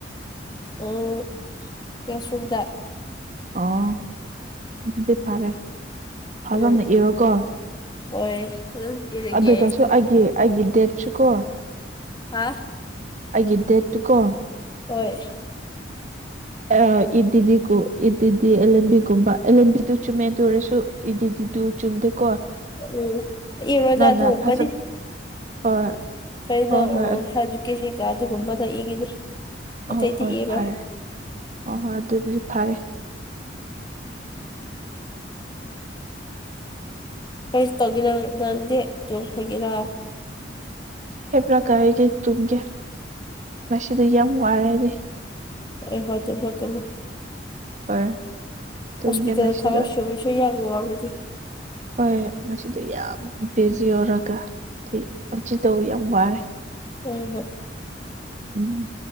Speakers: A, on the left; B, on the right.
A: ꯑꯣ ꯀ꯭ꯂꯥꯁꯔꯝꯗ
B: ꯑꯣ ꯑꯗꯨꯗꯤ ꯐꯔꯦ ꯐꯖꯅ
A: ꯎꯝ
B: ꯏꯔꯣꯀꯣ
A: ꯍꯣꯏ ꯑꯗꯨꯝ ꯏꯔꯒꯦ
B: ꯑꯗꯨꯒꯁꯨ ꯑꯩꯒꯤ ꯑꯩꯒꯤꯗꯦꯠꯁꯨ ꯀꯣ
A: ꯍꯥꯥ
B: ꯑꯩꯒꯤ ꯗꯦꯠ ꯇꯨ ꯀꯣ
A: ꯍꯣꯏ
B: ꯑ ꯏꯗꯤꯀꯣ ꯏꯗꯤ ꯑꯦꯂꯦꯝꯕꯤꯒꯨꯝꯕ ꯑꯦꯂꯦꯝꯕꯤꯗꯨ ꯆꯨꯝꯃꯦ ꯇꯧꯔꯁꯨ ꯏꯗꯤꯗꯤꯗꯨ ꯆꯨꯝꯗꯦꯀꯣ
A: ꯎꯝ ꯏ ꯔꯣꯖ
B: ꯅꯪꯅ
A: ꯑꯗꯨ ꯑꯣꯝꯕꯗꯤ
B: ꯐꯖꯅ ꯍꯣꯏ
A: ꯀꯩꯣꯖꯨꯀꯦꯁꯒ
B: ꯍꯣꯏ ꯍꯣꯏ
A: ꯑꯗꯨꯒꯨꯝꯕ ꯑ ꯏꯒꯤꯗꯤ ꯑꯇꯩꯗꯤ
B: ꯑꯣ ꯍꯣꯏ
A: ꯏꯔꯣ
B: ꯐꯔꯦ
A: ꯍ
B: ꯍꯣꯏ ꯍꯣꯏ ꯑꯗꯨꯗꯤ ꯐꯔꯦ
A: ꯀꯩꯁꯨ ꯇꯧꯒꯦꯔ ꯅꯪꯦ ꯇꯣꯡ ꯍꯒꯦꯔꯥ
B: ꯍꯦꯕ꯭ꯔ ꯀꯑꯒꯦ ꯇꯨꯡꯒꯦ ꯃꯁꯤꯗ ꯏ ꯌꯥꯝ ꯃꯃꯔꯗꯤ
A: ꯑ ꯋꯥ ꯐꯠꯇ
B: ꯍꯣꯏ ꯇꯨꯝꯒꯦ
A: ꯍꯁꯄꯤꯇꯥꯜꯦ
B: ꯉꯁꯤꯗꯣ
A: ꯊꯕꯔ ꯁꯣꯏ ꯁꯣꯏ ꯑꯃꯗꯤ
B: ꯍꯣꯏ ꯃꯁꯤꯗꯤ ꯌꯥꯝ ꯌꯧꯔꯒ ꯑ ꯍꯧ ꯇꯧ ꯌꯥꯝ ꯋꯥꯔꯦ
A: ꯎꯝ ꯍ
B: ꯎꯝ